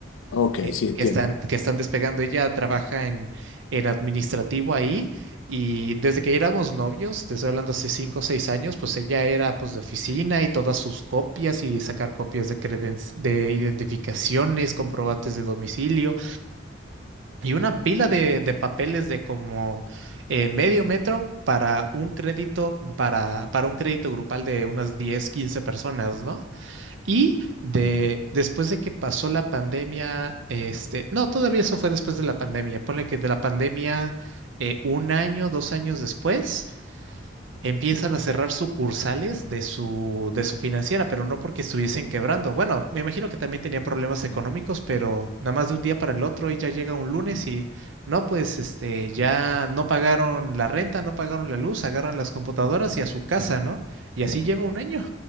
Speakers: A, on the left; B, on the right.
A: Ok,
B: eh,
A: sí, entiendo.
B: que están, que están despegando. Ella trabaja en, en administrativo ahí y desde que éramos novios, te estoy hablando hace cinco o seis años, pues ella era pues de oficina y todas sus copias y sacar copias de creden- de identificaciones, comprobantes de domicilio y una pila de, de papeles de como eh, medio metro. para un crédito, para, para un crédito grupal de unas 10 15 personas, ¿no? Y de, después de que pasó la pandemia, este, no, todavía eso fue después de la pandemia. Ponle que de la pandemia, eh, un año, dos años después, empiezan a cerrar sucursales de su, de su financiera, pero no porque estuviesen quebrando. Bueno, me imagino que también tenían problemas económicos, pero nada más de un día para el otro, ella llega un lunes y no, pues, este, ya no pagaron la renta, no pagaron la luz, agarran las computadoras y a su casa, ¿no? Y así lleva un año.